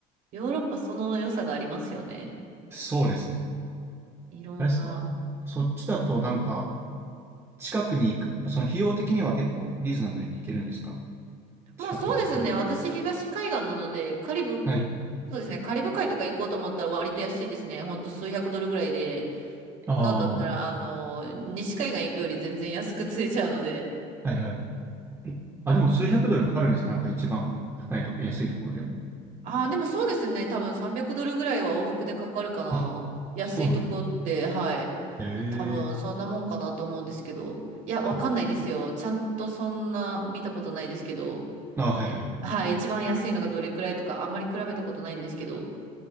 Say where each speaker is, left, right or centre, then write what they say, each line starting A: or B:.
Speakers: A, on the right; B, on the right.
A: ヨーロッパその良さがありますよね。
B: そうですね。
A: いろんな。
B: あれですかそっちだとなんか、近くに行く、その費用的には結構リーズナブルに行けるんですか
A: まあそうですね。
B: 近くの国は。
A: 私、東海岸なので、カリブ、
B: はい。
A: そうですね。カリブ海とか行こうと思ったら割と安いですね。ほんと数百ドルぐらいで
B: ああ、
A: なんだったら、
B: は
A: あの、西海岸行くより全然安く釣れちゃうので。
B: いはい。あ、でも数百ドルかかるんですかなんか一番高いと、安いところでも。
A: ああ、でもそうですね。多分300ドルぐらいは往復でかかるかな。
B: あ、
A: 安いとこって、
B: そうなん
A: はい。
B: だ。へえ
A: 多分そんなもんかなと思うんですけど。いや、わかんないですよ。
B: あ、
A: ちゃんとそんな見たことないですけど。
B: あ、はいはい。
A: えはい、一番安いのがどれくらいとか、あんまり比べたことないんですけど。